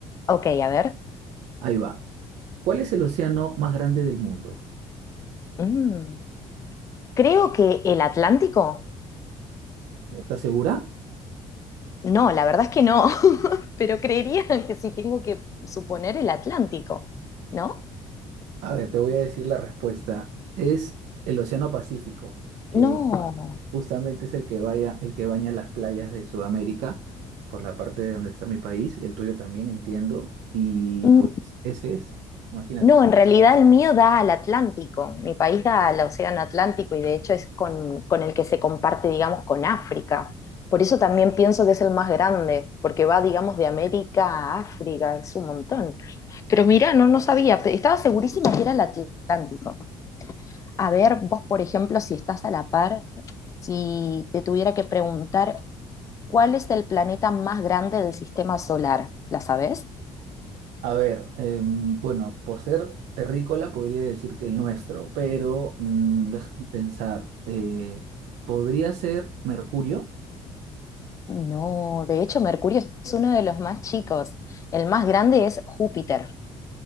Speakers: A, on the left (about 25°); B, on the right (about 85°).
A: Ok, a ver.
B: Ahí va. ¿Cuál es el océano más grande del mundo?
A: Mm, Creo que el Atlántico.
B: ¿Estás segura?
A: No, la verdad es que no, <laughs> pero creería que si tengo que suponer el Atlántico, ¿no?
B: A ver, te voy a decir la respuesta. Es el Océano Pacífico que
A: No.
B: Justamente es el que vaya, el que baña las playas de Sudamérica, por la parte de donde está mi país, el tuyo también entiendo, y
A: no.
B: pues ese es, imagínate.
A: No, en realidad el mío da al Atlántico, mi país da al Océano Atlántico y de hecho es con, con el que se comparte, digamos, con África. Por eso también pienso que es el más grande, porque va, digamos, de América a África, es un montón. Pero mira, no, no sabía, pe- estaba segurísima que era el Atlántico. A ver, vos, por ejemplo, si estás a la par, si te tuviera que preguntar, ¿cuál es el planeta más grande del sistema solar? ¿La sabés?
B: A ver, em, bueno, por ser terrícola podría decir que el nuestro, pero mm, déjame pensar, eh, podría ser Mercurio.
A: No, de hecho Mercurio es uno de los más chicos. El más grande es Júpiter.